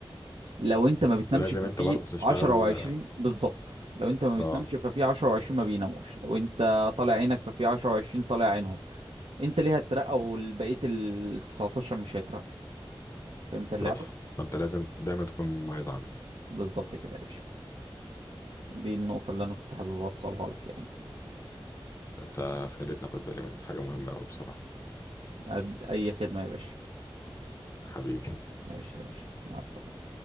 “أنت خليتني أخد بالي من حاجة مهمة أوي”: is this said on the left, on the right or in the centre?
Left